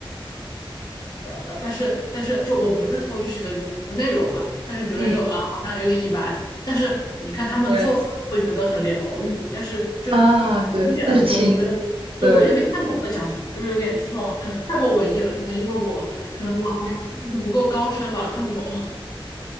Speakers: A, on the left (about 45°); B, on the right (about 75°).
A: 对啊，然后但是但是就我不剧偷具体的内容嘛，但是觉得就啊好像有点一般。
B: 嗯，
A: 但是你看他们做饭会觉得很疗愈，
B: 对
A: 但是就
B: 啊，对，
A: 理解来说，
B: 那就亲，
A: 我会觉得对我有点没看懂在讲什么，
B: 对，
A: 就是有点就是那种可能太过文艺了，可能因为我可能我还就是不够高深吧，看不懂。<laughs>